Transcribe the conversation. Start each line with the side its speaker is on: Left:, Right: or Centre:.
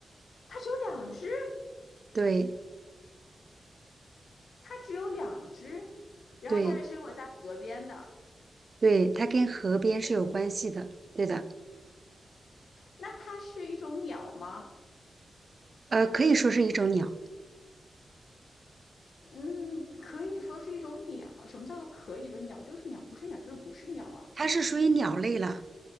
Left: 它只有两只，
Right: 对
Left: 它只有两只。然后它是生活在河边的。
Right: 对对，它跟河边是有关系的，对的，
Left: 那它是一种鸟吗？
Right: 呃，可以说是一种鸟，
Left: 嗯，可以说是一种鸟。什么叫做可以说鸟就是鸟，不是鸟就是不是鸟啊？
Right: 它是属于鸟类了，